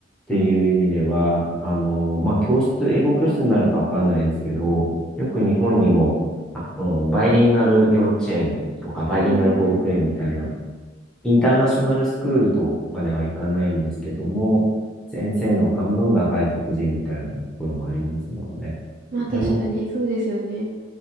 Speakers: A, in the centre; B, on the right (about 45°).
A: ていう意味では、あの、まあ、教室、英語教室になるかわかんないですけど、よく日本にも、あ、うんバイリンガル幼稚園とか、バイリンガル保育園みたいな、
B: うーん。
A: インターナショナルスクールとまではいかないんですけども、先生の半分が外国人みたいなところもありますもんね。
B: まあ確かに、
A: でも、
B: そうですよね。